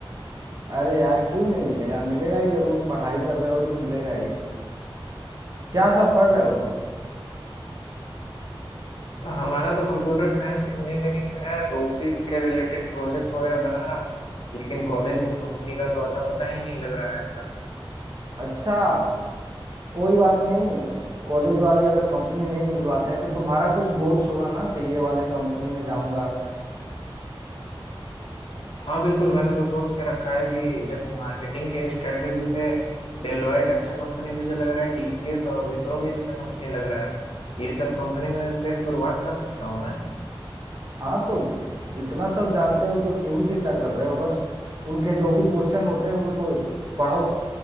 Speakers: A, on the right (about 45°); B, on the left (about 70°).
A: अरे यार क्यों नहीं मिलेगा मिलेगा ही जरूर पढ़ाई कर रहे हो तो मिलेगा ही क्या सब पढ़ रहे हो तुम
B: तो हमारा तो कंप्यूटर साइंस इंजीनियरिंग से है तो उसी के रिलेटेड प्रोजेक्ट वगैरह बना रहा हूँ लेकिन कॉलेज में कंपनी का तो अता पता ही नहीं लग रहा है
A: अच्छा कोई बात नहीं कॉलेज वाले अगर कंपनी नहीं भी बुलाते हैं तो तुम्हारा कुछ गोल्स होगा ना कि ये वाले कंपनी में जाऊंगा
B: हाँ बिल्कुल मैंने तो सोच के रखा है कि देखो मार्केटिंग के स्ट्रेटजी से डेलॉयट अच्छा कंपनी मुझे लग रहा है टीसीएस और विप्रो भी अच्छा कंपनी लग रहा है ये सब कंपनी में से शुरुआत कर सकता हूँ मैं
A: हाँ तो इतना सब जानते हो तो क्यों ही चिंता कर रहे हो बस उनके जो भी क्वेश्चन होते हैं उनको पढ़ो